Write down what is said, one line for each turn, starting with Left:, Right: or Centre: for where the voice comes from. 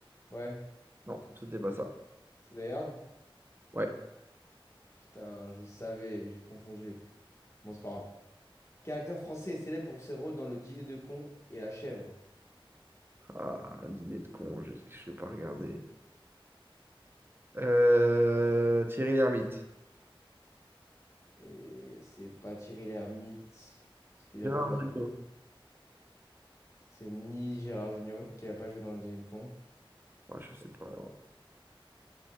Left: Ouais,
Right: Non, c'était pas ça.
Left: c'est Die Hard.
Right: Ouais.
Left: Putain, je savais, j'ai confondu. Bon, c'est pas grave. Quel acteur français est célèbre pour ses rôles dans Le Dîner de cons et La Chèvre?
Right: Ah, un dîner de con, je je l'ai pas regardé. Euh, Thierry Lhermitte.
Left: Et c'est pas Thierry Lhermitte, parce qu'il
Right: Gérard
Left: a pas joué dans
Right: Jugnot.
Left: C'est ni Gérard Jugnot, qui a pas joué dans le Dîner de con.
Right: Ouais, je sais pas. alors.